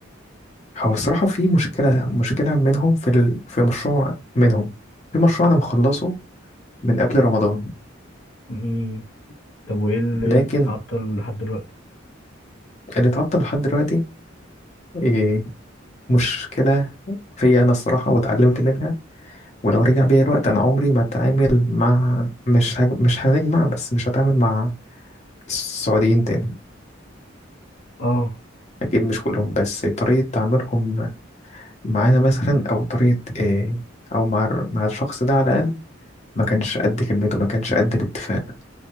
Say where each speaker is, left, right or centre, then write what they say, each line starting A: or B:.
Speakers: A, on the left; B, on the left.
A: هو الصراحة في مشكلة مشكلة منهم في ال... في مشروع منهم في مشروع أنا مخلصه من قبل رمضان
B: امم طب وايه اللي
A: لكن
B: إيه اللي عطل لحد دلوقتي
A: اللي اتعطل لحد دلوقتي إيه مشكلة فيا أنا الصراحة واتعلمت منها ولو رجع بيا الوقت أنا عمري ما أتعامل مع مش هج... مش هنجمع بس مش هتعامل مع السعوديين تاني
B: اه
A: أكيد مش كلهم بس طريقة تعاملهم معانا مثلا أو طريقة إيه أو مع مع الشخص ده على الأقل ما كانش قد كلمته ما كانش قد الاتفاق